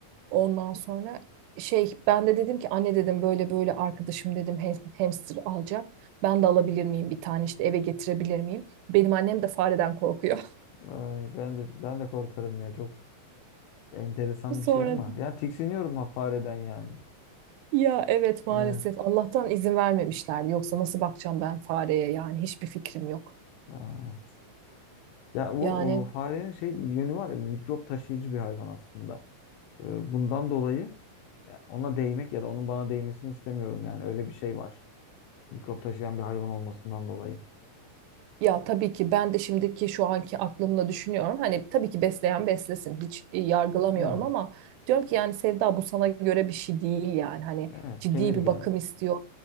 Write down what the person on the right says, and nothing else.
Ondan sonra şey ben de dedim ki anne dedim böyle böyle arkadaşım dedim ham- hamster alacak. Ben de alabilir miyim bir tane işte eve getirebilir miyim? Benim annem de fareden korkuyor.
<laughs> Sonra
dedim,
ya evet maalesef
Allah'tan izin vermemişler. Yoksa nasıl bakacağım ben fareye yani hiçbir fikrim yok.
Yani
Ya tabii ki ben de şimdiki şu anki aklımla düşünüyorum. Hani tabii ki besleyen beslesin. Hiç e, yargılamıyorum
ama diyorum ki yani Sevda bu sana göre bir şey değil yani. Hani
ciddi
bir bakım istiyor.